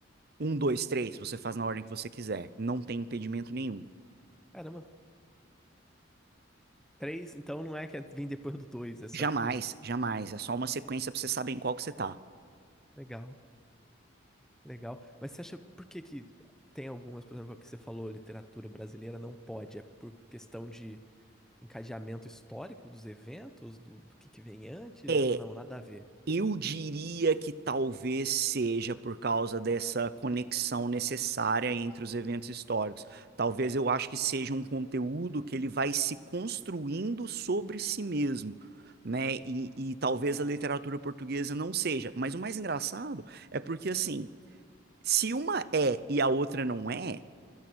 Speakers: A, on the right (about 50°); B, in the centre.
A: Um, dois, três, você faz na ordem que você quiser. Não tem impedimento nenhum.
B: caramba. Três, então não é que é, vem depois do dois, é só
A: Jamais,
B: tipo.
A: jamais. É só uma sequência para
B: Entendi.
A: você saber em qual que você tá.
B: Legal, legal. Mas você acha por que que tem algumas, por exemplo, que você falou, literatura brasileira não pode? É por questão de encadeamento histórico dos eventos, do, do que que vem antes,
A: É
B: ou não? Nada a ver.
A: Eu diria que talvez seja por causa dessa conexão necessária entre os eventos históricos. Talvez eu acho que seja um conteúdo que ele vai se construindo sobre si mesmo, né? E, e talvez a literatura portuguesa não seja. Mas o mais engraçado é porque, assim, se uma é e a outra não é,